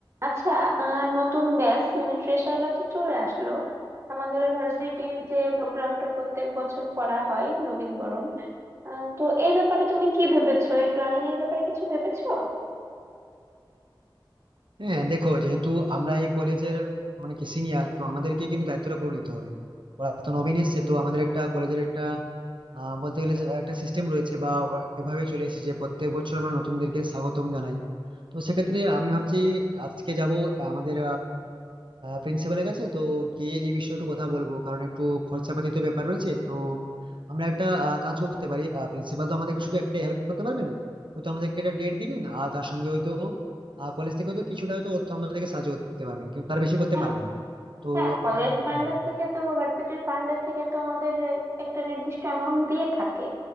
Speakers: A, on the right; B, on the right.
A: আচ্ছা আহ, নতুন ব্যাচ মানে ফ্রেশাররা তো চলে আসলো আমাদের ভার্সিটির যে প্রোগ্রামটা প্রত্যেক বছর করা হয় নবীনবরণ আহ, তো এই ব্যাপারে তুমি কি ভেবেছো এর প্ল্যানিং এর ব্যাপারে কিছু ভেবেছো
B: হ্যাঁ দেখো যেহেতু আমরা এই কলেজের মানে কি সিনিয়র তো আমাদেরকে কিন্তু দায়িত্বটা পুরো নিতে হবে ওরা তো নবীন এসছে তো আমাদের একটা কলেজের একটা আহ, বলতে গেলে যে একটা সিস্টেম রয়েছে বা ও- এভাবেই চলে এসেছে যে প্রত্যেক বছর আমরা নতুনদেরকে স্বাগতম জানাই তো সেক্ষেত্রে আমি ভাবছি আজকে যাব আমাদের প্রিন্সিপালের কাছে তো গিয়ে এই বিষয়ে একটু কথা বলবো কারণ একটু খরচাপাতি তো ব্যাপার রয়েছে তো আমরা একটা আহ, কাজ করতে পারি প্রিন্সিপাল তো আমাদেরকে শুধু একটা হেল্প করতে পারবেন হয়তো আমাদেরকে একটা ডেট দিবেন আর তার সঙ্গে হয়তো কলেজ থেকে হয়তো কিছুটা হয়তো অর্থ আমাদেরকে সাহায্য করতে পারবেন কিন্তু তার বেশি করতে
A: হ্যাঁ
B: পারবেন না তো
A: হ্যাঁ কলেজ ফান্ডের
B: হুম
A: থেকে তো বা ভার্সিটির ফান্ডের থেকে তো আমাদের একটা নির্দিষ্ট অ্যামাউন্ট দিয়ে থাকে